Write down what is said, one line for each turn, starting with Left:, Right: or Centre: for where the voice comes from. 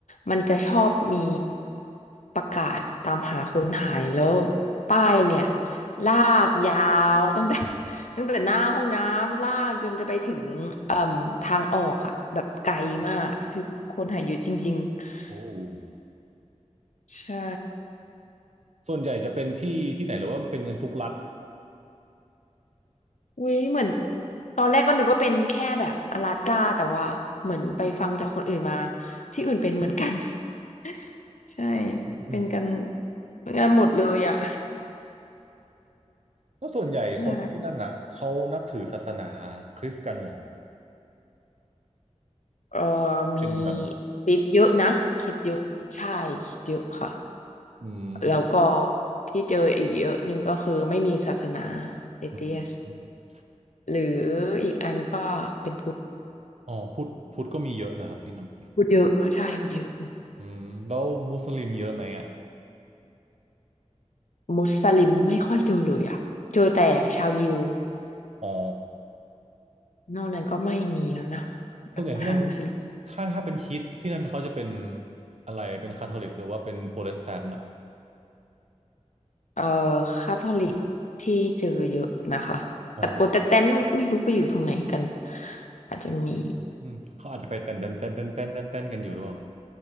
Left: มันจะชอบมีประกาศตามหาคนหายแล้วป้ายเนี่ยลากยาวตั้งแต่ <laughs> ตั้งแต่หน้าห้องน้ำลากจนจะไปถึงเอ่มทางออกอะแบบไกลมากคือคนหายเยอะจริง
Right: โอ้โห
Left: ๆ <coughs> ใช่
Right: ส่วนใหญ่จะเป็นที่ที่ไหนหรือว่ามันเป็นกันทุกรัฐ
Left: อุ้ยเหมือนตอนแรกก็นึกว่าเป็นแค่แบบอลาสก้าแต่ว่าเหมือนไปฟังจากคนอื่นมาที่อื่นเป็นเหมือนกัน <laughs> ใช่
Right: อืม
Left: เป็นกันเป็นกันหมดเลยอ่ะ
Right: แล้วส่วนใหญ่คนที่นั่นอ่ะเขานับถือศาสนา
Left: <laughs> ใช่
Right: คริสต์กันเหรอ
Left: เออ
Right: เป็นแบบ
Left: มีคิดเยอะนะคิดเยอะใช่คิดเยอะค่ะ
Right: อืม
Left: แล้วก็ที่เจออีกเยอะหนึ่งก็คือไม่มีศาสนาเอเทียส
Right: อม
Left: หรืออีกอันก็เป็นพุทธ
Right: อ๋อพุทธพุทธก็มีเยอะเหรอครับที่นั่น
Left: พุทธเยอะใช่พุทธเยอะ
Right: อืมแล้วมุสลิมเยอะไหมอ่ะ
Left: มุสลิมไม่ค่อยเจอเลยอ่ะเจอแต่ชาวยิว
Right: อ๋อ
Left: นอกนั้นก็ไม่มีแล้วนะแบบหามุสลิม
Right: ส่วนใหญ่ที่นั่นถ้าถ้าเป็นคริสต์ที่นั่นเขาจะเป็นอะไรเป็นคาทอลิกหรือว่าเป็นโปรเตสแตนต์อ่ะ
Left: เอ่อคาทอลิกที่เจอเยอะนะคะแต่โปรเตสแตนต์ไม่รู้ไปอยู่ตรงไหนกัน
Right: อ๋อ
Left: อาจจะมี
Right: อืมเขาอาจจะไปเต้นเต้นเต้นเต้นเต้นเต้นเต้นกันอยู่ด้วย